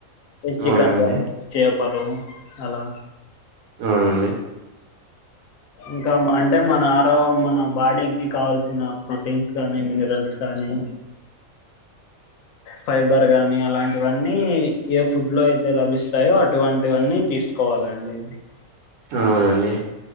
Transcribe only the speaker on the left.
చికెన్
కానీ చేపలు అలా
ఇంకా అంటే మన ఆరో మన బాడీకి కావాల్సిన ప్రోటీన్స్ గానీ మినరల్స్ గానీ ఫైబర్ గానీ అలాంటివన్నీ ఫుడ్ లో అయితే లభిస్తాయో అటువంటివన్నీ తీసుకోవాలండి